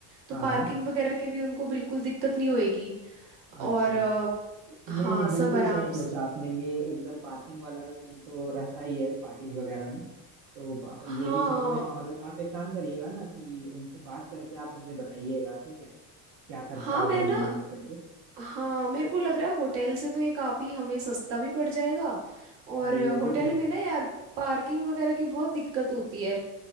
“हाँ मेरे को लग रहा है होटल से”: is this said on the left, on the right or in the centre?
Right